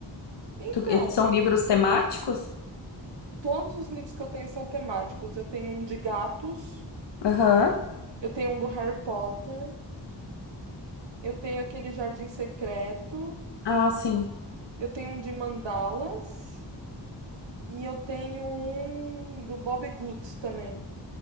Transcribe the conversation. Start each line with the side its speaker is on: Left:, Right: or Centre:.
Right: Então,
Left: Tu- eh, são
Right: eu-
Left: livros temáticos?
Right: todos os livros que eu tenho são temáticos. Eu tenho um de gatos,
Left: Aham.
Right: eu tenho um do Harry Potter, eu tenho aquele Jardim Secreto,
Left: Ah, sim.
Right: eu tenho um de mandalas e eu tenho um do Bob Goods também.